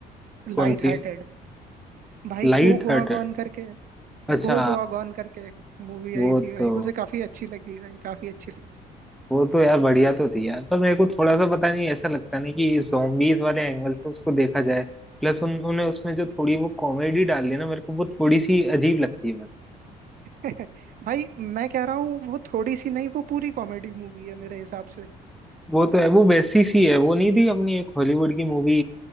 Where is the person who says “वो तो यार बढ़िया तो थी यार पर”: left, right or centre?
Centre